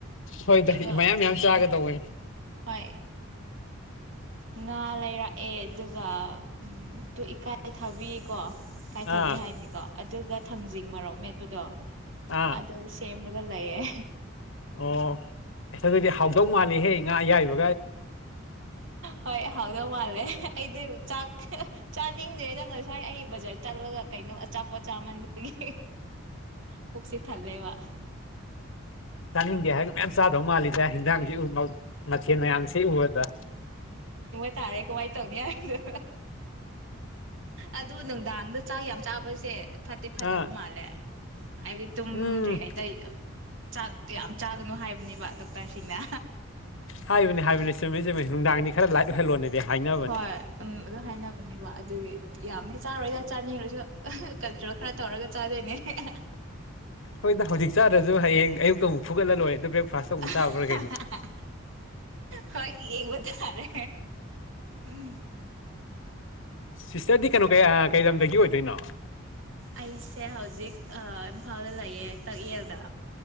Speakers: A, on the left (about 65°); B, on the right (about 65°).
A: ꯍꯣꯏꯗ
B: ꯀꯩꯅꯣ
A: ꯃꯌꯥꯝ ꯃꯌꯥꯝ
B: ꯎꯝ
A: ꯆꯥꯒ ꯇꯧꯕꯅꯤ
B: ꯍꯣꯏ ꯉꯥ ꯂꯩꯔꯛꯑꯦ ꯑꯗꯨꯒ ꯎ ꯇꯨ ꯏꯀꯥꯏ ꯊꯥꯕꯤꯌꯦꯀꯣ ꯀꯥꯏꯊꯕꯤ
A: ꯑꯥ
B: ꯍꯥꯏꯅꯤꯀꯣ ꯑꯗꯨꯒ ꯊꯥꯡꯖꯤꯡ ꯃꯔꯣꯛ ꯃꯦꯠꯄꯗꯣ
A: ꯑꯥ
B: ꯑꯗꯣ ꯁꯦꯝꯃꯤ ꯃꯒ ꯂꯩꯑꯦ
A: ꯑꯣ ꯑꯗꯨꯗꯤ ꯍꯥꯎꯗꯧ ꯃꯥꯂꯦꯍꯦꯛ ꯉꯥ ꯑꯌꯥꯏꯕ
B: ꯍꯣꯏ ꯍꯥꯎꯗꯧ ꯃꯥꯜꯂꯦ ꯑꯩꯗꯤ ꯆꯥꯛ ꯆꯥꯅꯤꯡꯗ꯭ꯔꯦꯗꯪ ꯉꯁꯥꯏ ꯑꯩ ꯕꯖꯥꯔ ꯆꯠꯂꯒ ꯀꯩꯅꯣ ꯑꯆꯥꯄꯣꯠ ꯆꯥꯃꯟꯕꯒꯤ ꯄꯨꯛꯁꯤ ꯊꯜꯂꯦꯕ꯫
A: ꯆꯥꯅꯤꯡꯗꯦ ꯍꯥꯏꯔꯒ ꯃꯌꯥꯝ ꯆꯥꯗꯧ ꯃꯥꯜꯂꯤꯗ ꯍꯤꯟꯖꯥꯡꯁꯦ ꯎꯕꯗ ꯃꯊꯦꯜ ꯃꯌꯥꯝꯁꯤ ꯎꯕꯗ
B: ꯍꯥꯏꯇꯥꯔꯦ ꯀꯃꯥꯏꯅ ꯇꯧꯅꯤ ꯍꯥꯏꯗꯣ ꯑꯗꯣ ꯅꯨꯡꯗꯥꯡꯗ ꯆꯥꯛ ꯌꯥꯝ ꯆꯥꯕꯁꯦ ꯐꯠꯇꯤ ꯐꯠꯇꯕ
A: ꯑꯥ
B: ꯃꯥꯜꯂꯦ ꯍꯥꯏꯕꯗꯤ ꯇꯨꯝꯗ꯭ꯔꯤꯉꯩꯗ
A: ꯎꯝ
B: ꯆꯥꯛ ꯌꯥꯝ ꯆꯥꯒꯅꯨ ꯍꯥꯏꯕ ꯅꯤꯕ ꯗꯣꯛꯇꯔꯁꯤꯡꯅ
A: ꯍꯥꯏꯕꯅꯤ ꯍꯥꯏꯕꯅꯤ ꯆꯨꯝꯃꯦ ꯆꯨꯝꯃꯦ ꯅꯨꯡꯗꯥꯡꯅꯤ ꯈꯔ ꯂꯥꯏꯠ ꯑꯣꯏꯍꯜꯂꯣꯅꯦꯗꯤ ꯍꯥꯏꯅꯕꯅꯦ
B: ꯍꯣꯏ ꯎꯝ ꯑꯗꯨ ꯍꯥꯏꯅꯕꯅꯦꯕ ꯑꯗꯨꯒꯤ ꯌꯥꯝꯗꯤ ꯆꯥꯔꯣꯏꯗ ꯆꯥꯅꯤꯡꯉꯁꯨ ꯑꯍ ꯀꯟꯇ꯭ꯔꯣꯜ ꯈꯔ ꯇꯧꯔꯒ ꯆꯥꯗꯣꯏꯅꯦ ꯑꯍꯦꯑꯍꯍ
A: ꯍꯣꯏꯗ ꯍꯧꯖꯤꯛ ꯆꯥꯗ꯭ꯔꯁꯨ ꯍꯌꯦꯡ ꯑꯌꯨꯛꯇ ꯑꯃꯨꯛ ꯐꯨꯒꯠꯂ ꯂꯣꯏꯔꯦ ꯑꯗꯨ ꯕ꯭ꯔꯦꯛꯐꯥꯁꯇ ꯑꯃꯨꯛ
B: ꯑꯍꯍꯍꯍ
A: ꯆꯥꯕ꯭ꯔꯥ ꯀꯩꯅꯣ
B: ꯍꯣꯏ ꯌꯦꯡꯕ ꯇꯥꯔꯦ ꯎꯝ
A: ꯁꯤꯁꯇꯔꯗꯤ ꯀꯩꯅꯣ ꯀꯩꯗꯝꯗꯒ ꯑꯣꯏꯗꯣꯏ ꯅꯣ
B: ꯑꯩꯁꯦ ꯍꯧꯖꯤꯛ ꯑ ꯏꯝꯐꯥꯜꯗ ꯂꯩꯌꯦ ꯇꯥꯛꯌꯦꯜꯗ